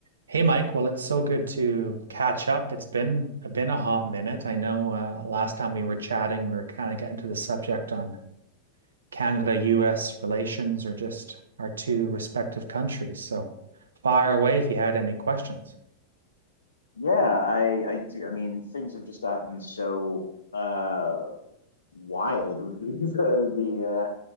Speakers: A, on the right; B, on the left.
A: Hey Mike, well it's so good to catch up. It's been been a hot minute. I know uh, last time we were chatting, we were kind of getting to the subject on Canada-US relations or just our two respective countries. So fire away if you had any questions.
B: Yeah, I I do. I mean, things have just gotten so uh wild would be <laughs> the the uh